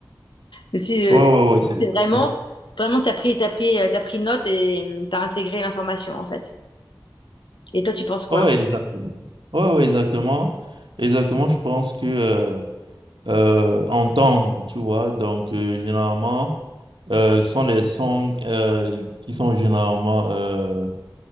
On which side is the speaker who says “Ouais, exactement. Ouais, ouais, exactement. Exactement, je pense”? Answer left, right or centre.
Right